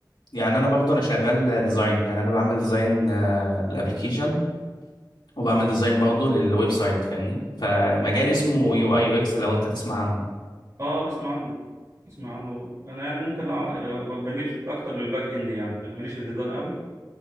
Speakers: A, on the left; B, on the right.
A: يعني انا برضه انا شغال ديزاين يعني انا بعمل ديزاين الابلكيشن وبعمل ديزاين برضه للويب سايت فاهمني فمجال اسمه يو اي يو اكس لو انت تسمع عنه
B: أه أسمع عنه أسمع عنه أنا يعني ممكن أع- بميل أكتر للباك إند يعني ماليش في الديزاين قوي